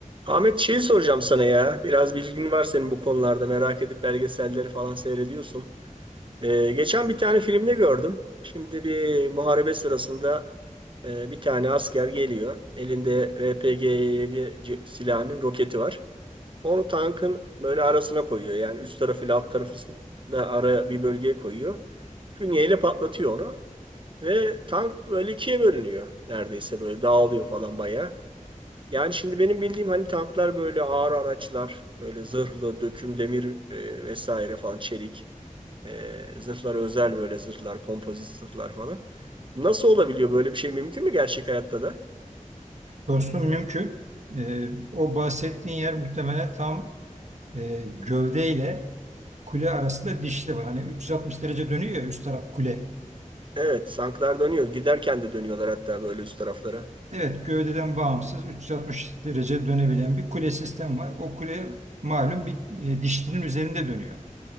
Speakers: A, on the right (about 40°); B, on the right (about 60°).
A: Ahmet şeyi soracağım sana ya. Biraz bilgin var senin bu konularda. Merak edip belgeselleri falan seyrediyorsun. Ee, geçen bir tane filmde gördüm. Şimdi bir muharebe sırasında e, bir tane asker geliyor. Elinde RPG-7 c- silahının roketi var. Onu tankın böyle arasına koyuyor. Yani üst tarafı ile alt tarafını da ara bir bölgeye koyuyor. Fünyeyle patlatıyor onu. Ve tank böyle ikiye bölünüyor. Neredeyse böyle dağılıyor falan bayağı. Yani şimdi benim bildiğim hani tanklar böyle ağır araçlar, böyle zırhlı, döküm demir e, vesaire falan çelik e, zırhlar özel böyle zırhlar, kompozit zırhlar falan. Nasıl olabiliyor böyle bir şey mümkün mü gerçek hayatta da?
B: Dostum mümkün. Ee, o bahsettiğin yer muhtemelen tam e, gövdeyle kule arasında dişli var. Hani 360 derece dönüyor ya üst taraf kule.
A: Evet, tanklar dönüyor. Giderken de dönüyorlar hatta böyle üst taraflara.
B: Evet gövdeden bağımsız 360 derece dönebilen bir kule sistem var. O kule malum bir e, dişlinin üzerinde dönüyor.